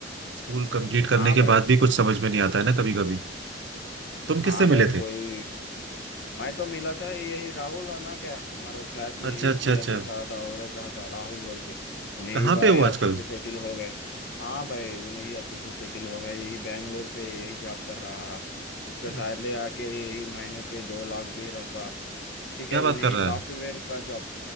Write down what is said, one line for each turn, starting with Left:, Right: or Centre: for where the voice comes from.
Right: स्कूल कंप्लीट करने
Left: हाँ
Right: के
Left: भाई
Right: बाद भी कुछ समझ में नहीं आता है ना कभी कभी तुम किससे
Left: हाँ भाई
Right: मिले थे
Left: कोई मैं तो मिला था यही राहुल है ना क्या हमारे क्लास में
Right: अच्छा
Left: यही
Right: अच्छा
Left: सीआर
Right: अच्छा
Left: के साथ और एक रहा था राहुल बोल के उन्हें
Right: कहाँ
Left: ही भाई
Right: पे हो
Left: अच्छे
Right: आजकल
Left: से सेटिल हो गए हाँ भाई उन्हें ही अच्छे से सेटिल हो गए यही बैंगलोर पे यही जॉब कर रहा है उसके सैलरी
Right: अच्छा,
Left: आके यही महीने के दो लाख भी रहता ठीक
Right: क्या
Left: है उन्हें
Right: बात कर
Left: ही
Right: रहा
Left: सॉफ्टवेयर
Right: है
Left: का जॉब